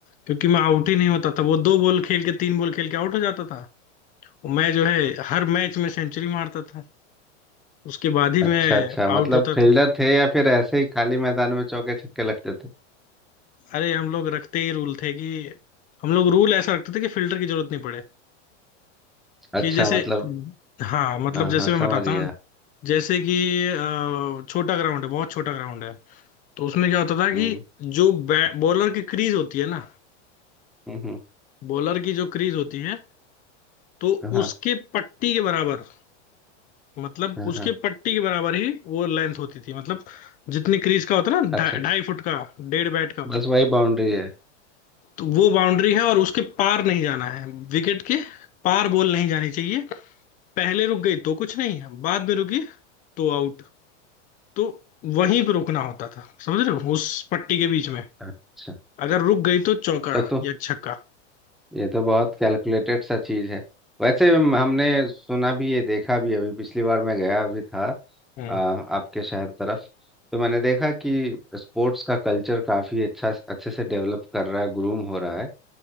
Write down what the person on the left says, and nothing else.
क्योंकि मैं आउट ही नहीं होता था वो दो बॉल खेल के तीन बॉल खेल के आउट हो जाता था और मैं जो है हर मैच में सेंचुरी मारता था उसके बाद ही मैं
आउट
होता
था
अरे हम लोग रखते ही रूल थे कि हम लोग रूल ऐसा रखते थे कि फिल्टर की जरूरत नहीं पड़े कि
जैसे
हाँ मतलब
जैसे
मैं बताता
हूँ जैसे कि अ, छोटा ग्राउंड है बहुत छोटा ग्राउंड है तो उसमें क्या होता था कि
जो बॉलर की क्रीज होती है ना
बॉलर की जो क्रीज होती है तो
उसके पट्टी के बराबर मतलब
उसके
पट्टी के बराबर ही वो लेंथ होती थी मतलब जितनी क्रीज का होता है ना
ढाई
ढाई फुट का डेढ़ बैट का
तो वो बाउंड्री है और उसके पार नहीं जाना है विकेट के पार बॉल नहीं जानी चाहिए पहले रुक गई तो कुछ नहीं है बाद में रुकी तो आउट तो वहीं पे रुकना होता था समझ रहे हो उस पट्टी के बीच में
अगर रुक गई तो चौका
या छक्का
हम्म